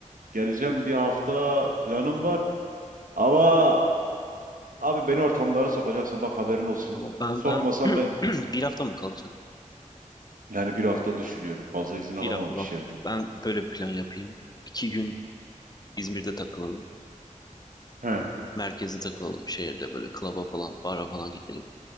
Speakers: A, on the right; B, on the left.
A: Geleceğim bir hafta planım var. Ama abi beni ortamlara sokacaksın bak haberin olsun.
B: Ama ben
A: Sokmasan
B: ben
A: ben
B: <clears throat> bir hafta mı kalacağım?
A: Yani bir hafta düşünüyorum. Fazla izin alamam
B: Bir dakika
A: iş
B: bak.
A: yerinden.
B: Ben böyle bir plan yapayım. İki gün İzmir'de takılalım.
A: He.
B: Merkezde takılalım şehirde böyle klaba falan, bara falan gidelim.